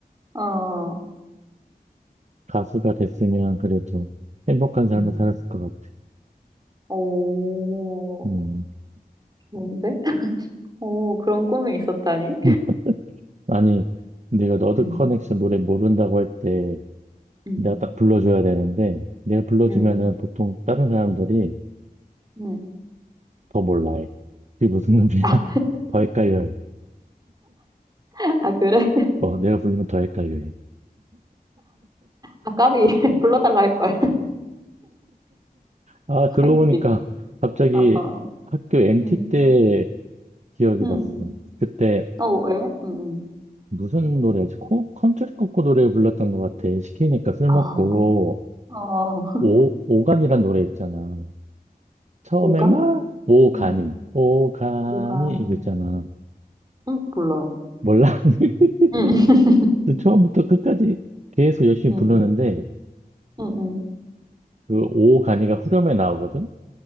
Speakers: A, on the right; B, on the right.
A: 어,
B: 가수가 됐으면 그래도 행복한 삶을
A: 응,
B: 살았을 것 같아.
A: 오,
B: 음.
A: 좋은데? 오, 그런 꿈이 있었다니?
B: 응. 아니, 내가 너드
A: 응,
B: 커넥션 노래 모른다고 할 때
A: 응,
B: 내가 딱 불러줘야 되는데 내가 불러주면은
A: 응,
B: 보통 다른 사람들이
A: 응.
B: 더 몰라해. 그게 무슨 놈이야?
A: 아,
B: <laughs> 더 헷갈려해.
A: <laughs> 아, 그래?
B: 어, 내가 부르면 더 헷갈려해.
A: 아, 까비, <laughs> 불러달라 할 거야.
B: 아,
A: <laughs>
B: 그러고
A: 웃기다.
B: 보니까 갑자기
A: 어, 어,
B: 학교 MT
A: 응,
B: 때 기억이
A: 응.
B: 났어. 그때
A: 어, 왜? 응,
B: 무슨 노래였지? 코, 컨트리 코코 노래 불렀던 것 같아. 시키니까 술
A: 아,
B: 먹고
A: 응. 어, 어.
B: 오, 오간이란 노래 있잖아. 처음에
A: 오감?
B: 막 오가니,
A: 응,
B: 오가니
A: 오감.
B: 이거 있잖아.
A: 응, 몰라.
B: 몰라. <laughs>
A: 응, <laughs>
B: 근데 처음부터 끝까지 계속 열심히
A: 응,
B: 부르는데
A: 응, 응.
B: 그 오간이가 후렴에 나오거든?